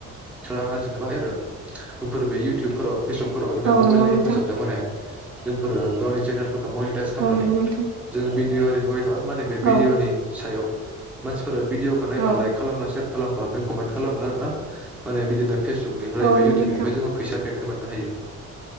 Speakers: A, in the centre; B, on the right (about 70°).
A: रां आरजिनोबो हायो आरो इउटुबफोराव फेसबुकफोराव बे
B: औ
A: मबाइलनि
B: नंगौ नोंथां
A: हेफाजाबजों माने जोंफोरो गावनि चेनेलफोरखौ मनिटाइस खालामनानै
B: औ नंगौ नोंथां
A: जोङो भिडिअ' आरि होबाय थाबा माने बे भिडिअ'नि
B: औ
A: सायाव मानसिफोरा भिदिअखौ नायबा
B: औ
A: लाइक खालामब्ला सेयार खालामबा ओमफ्राय कमेन्ट खालामबा आरो ना माने बिदिनो फेसबुकनिफ्राय
B: औ
A: एबा
B: नंगौ
A: इयउटुबनिफ्राय
B: नोंथां
A: जोङो फैसा पेमेन्ट मोननो हायो